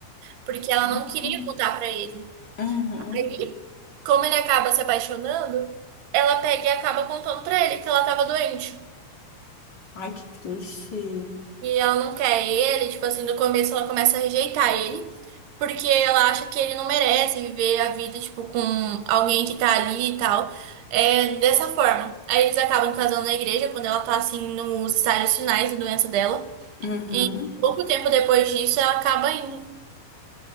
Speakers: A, on the right; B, on the left.
A: porque ela
B: Ah,
A: não queria contar pra ele.
B: uhum.
A: Aí, como ele acaba se apaixonando, ela pega e acaba contando pra ele que ela tava doente.
B: Ai, que triste.
A: E ela não quer ele, tipo assim, no começo ela começa a rejeitar ele, porque ela acha que ele não merece viver a vida, tipo, com alguém que tá ali e tal. É dessa forma. Aí eles acabam casando na igreja quando ela tá assim nos estágios finais de doença dela.
B: Uhum.
A: E pouco tempo depois disso ela acaba indo.